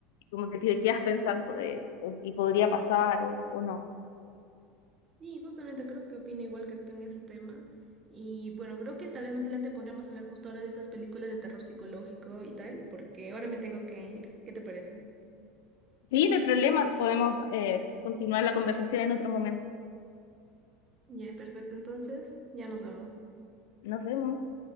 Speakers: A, on the left; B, on the right.
A: como que te quedas pensando de eh, si podría pasar o, o no.
B: Sí, justamente creo que opino igual que tú en ese tema. Y bueno, creo que tal vez más adelante podríamos hablar justo ahora de estas películas de terror psicológico y tal, porque ahora me tengo que ir. ¿Qué te parece?
A: Sí, no hay problema, podemos eh, continuar la conversación en otro momento.
B: Ya, perfecto. Entonces, ya nos vemos.
A: Nos vemos.